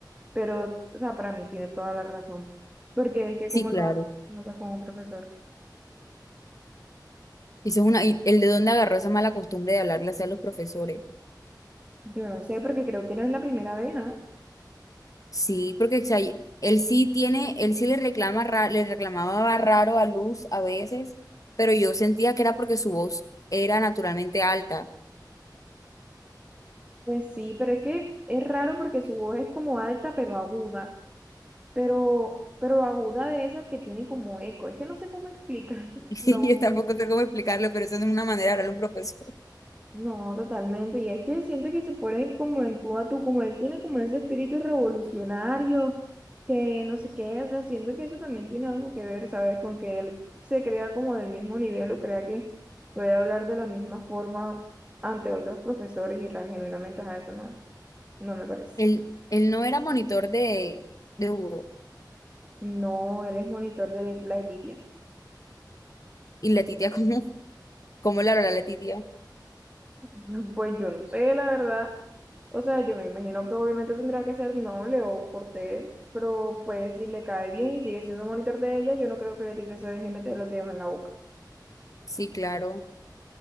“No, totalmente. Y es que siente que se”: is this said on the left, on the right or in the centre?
Right